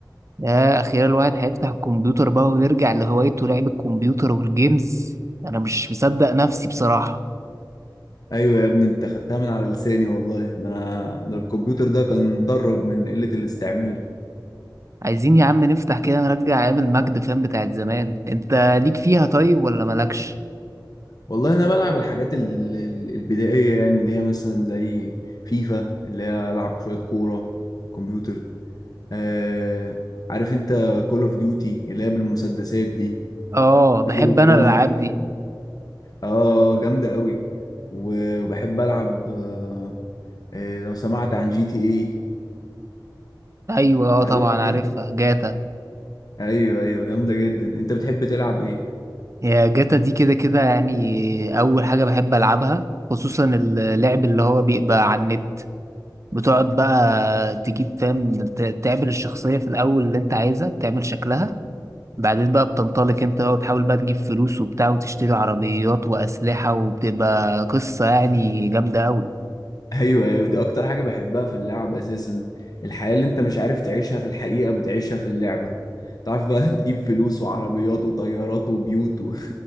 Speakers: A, on the right; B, on the left.
A: يا اخيرا الواحد هيفتح الكمبيوتر بقى ويرجع لهوايته لعب الكمبيوتر والجيمز انا مش مصدق نفسي بصراحه
B: ايوه يا ابني انت خدتها من على لساني والله ده انا ده الكمبيوتر ده كان طرب من قلة الاستعمال
A: عايزين يا عم نفتح كده نرجع ايام المجد فاهم بتاعت زمان انت ليك فيها طيب ولا مالكش
B: والله انا بلعب الحاجات ال- ال- البدائية يعني اللي هي مثلا زي فيفا اللي هي العب شوية كورة الكمبيوتر آه عارف انت كول اوف ديوتي اللي هي بالمسدسات دي
A: اه بحب
B: ميدل اوف
A: انا
B: اونر
A: الالعاب دي
B: اه جامدة قوي و- وبحب العب آه، آه، لو سمعت عن جي تي اي
A: ايوه اه
B: عارفها
A: طبعا عارفها
B: دي
A: جاتا
B: ايوه ايوه جامدة جدا انت بتحب تلعب ايه
A: يا جاتا دي كده كده يعني اول حاجه بحب العبها خصوصا اللعب اللي هو بيبقى على النت بتقعد بقى تجيب فاهم ت- تعمل الشخصية في الأول اللي أنت عايزها تعمل شكلها بعدين بقى بتنطلق أنت بقى وتحاول بقى تجيب فلوس وبتاع وتشتري عربيات وأسلحة وبتبقى قصة يعني جامدة أوي
B: <laughs> ايوه ايوه دي اكتر حاجة بحبها في اللعب اساسا الحياة اللي انت مش عارف تعيشها في الحقيقة بتعيشها في اللعبة تعرف بقى <laughs> تجيب فلوس وعربيات وطيارات وبيوت و...